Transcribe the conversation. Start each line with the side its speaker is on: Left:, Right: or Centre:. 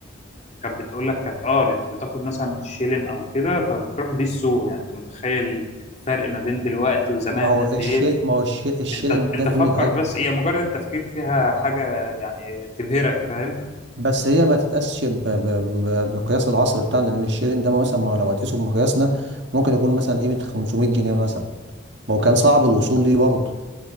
Left: كانت بتقول لك كانت اه بت- بتاخد مثلا شيلين او كده فبتروح بيه السوق يعني انت متخيل الفرق ما بين دلوقتي وزمان
Right: ما هو
Left: قد
Right: الشيل
Left: ايه
Right: ما هو الشيل الشيلن
Left: انت
Right: ده
Left: انت
Right: بقيمه
Left: فكر بس هي مجرد التفكير فيها حاجة يعني تبهرك فاهم
Right: بس هي ما تتقاسش ب- ب- ب- بمقياس العصر بتاعنا لان الشيرين ده مثلا ما هو لو هتقيسه بمقياسنا ممكن يكون مثلا قيمة 500 جنيه مثلا ما هو كان صعب الوصول ليه برضه